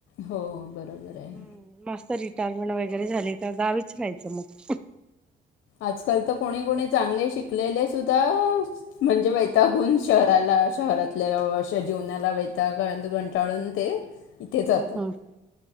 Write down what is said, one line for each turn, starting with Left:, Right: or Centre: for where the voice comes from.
Left: हो बरोबर आहे.
Centre: हम्म मस्त रिटायरमेंट वगैरे झाली का गावीच राहायचं मग
Left: आजकाल तर कोणी कोणी चांगले शिकलेले सुद्धा म्हणजे वैतागून
Centre: हम्म
Left: शहराला शहरातल्या अशा जीवनाला वैतागून कंटाळून ते इथे जातात
Centre: हम्म